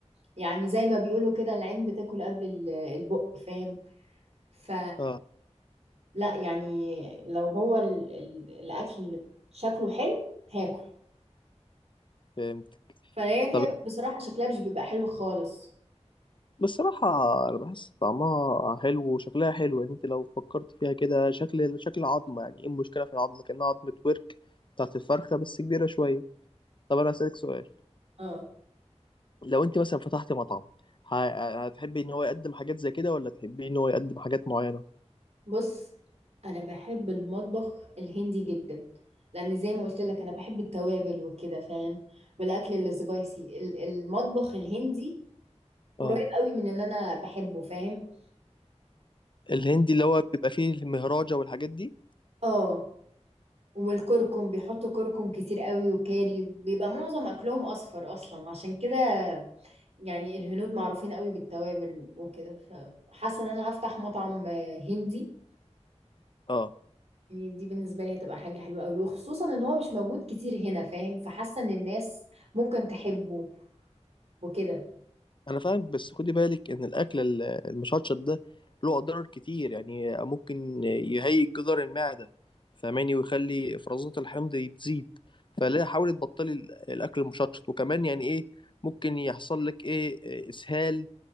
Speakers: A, on the right; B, on the left.
A: يعني زي ما بيقولوا كده العين بتاكل قبل ال- البق فاهم ف
B: اه
A: لا يعني لو هو ال... ال... الاكل شكله حلو هاكل
B: فهمت
A: فهي كده
B: طب
A: بصراحة شكلها مش بيبقى حلو خالص
B: بصراحة أنا بحس طعمها حلو وشكلها حلو يعني أنت لو فكرت فيها كده شكل شكل عظمة يعني إيه المشكلة في العظمة كأنها عظمة ورك بتاعت الفرخة بس كبيرة شوية طب أنا أسألك سؤال
A: اه
B: لو انت مثلا فتحت مطعم ه- هتحبي ان هو يقدم حاجات زي كده ولا تحبي ان هو يقدم حاجات معينة
A: بص انا بحب المطبخ الهندي جدا لان زي ما قلت لك انا بحب التوابل وكده فاهم والاكل السبايسي ال- المطبخ الهندي
B: اه
A: قريب قوي من اللي انا بحبه فاهم
B: الهندي اللي هو بيبقى فيه المهراجة والحاجات دي
A: اه والكركم بيحطوا كركم كتير قوي وكاري بيبقى معظم اكلهم اصفر اصلا عشان كده يعني الهنود معروفين قوي بالتوابل وكده فحاسه ان انا هفتح مطعم آه، هندي
B: اه
A: يعني دي بالنسبه لي هتبقى حاجه حلوه قوي وخصوصا ان هو مش موجود كتير هنا فاهم فحاسه ان الناس ممكن تحبه وكده
B: انا فاهم بس خدي بالك ان الاكل ال- المشطشط ده له اضرار كتير يعني ممكن يهيج جدار المعدة فاهماني ويخلي افرازات الحمض تزيد فلا حاولي تبطلي ال- الاكل المشطشط وكمان يعني ايه ممكن يحصل لك ايه اسهال